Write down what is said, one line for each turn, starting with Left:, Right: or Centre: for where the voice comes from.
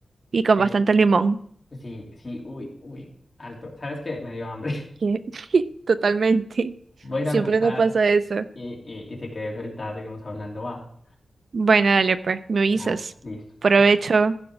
Right: Y con
Left: Eh,
Right: bastante limón.
Left: sí, sí, uy, uy, alto. ¿Sabes qué? Me dio hambre.
Right: Que- <laughs> Totalmente.
Left: Voy a ir
Right: Siempre
Left: a almorzar
Right: nos pasa eso.
Left: y, y, y si querés ahorita seguimos hablando, va.
Right: Bueno, dale pues, me avisas.
Left: Va, listo.
Right: Provecho.
Left: chao.